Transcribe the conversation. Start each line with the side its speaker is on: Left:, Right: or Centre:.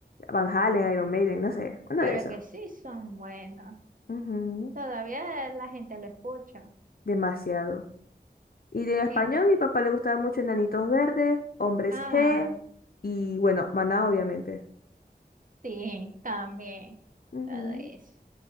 Left: Van Halen, Iron Maiden, no sé, uno
Right: Pero
Left: de esos.
Right: que sí son buenos.
Left: Ujú,
Right: Todavía la gente lo escucha.
Left: Demasiado. Y de español,
Right: Sí.
Left: mi papá le gustaba mucho Enanitos Verdes, Hombres
Right: Ah,
Left: G y bueno, Maná, obviamente.
Right: sí, también.
Left: Ujú.
Right: Todo eso.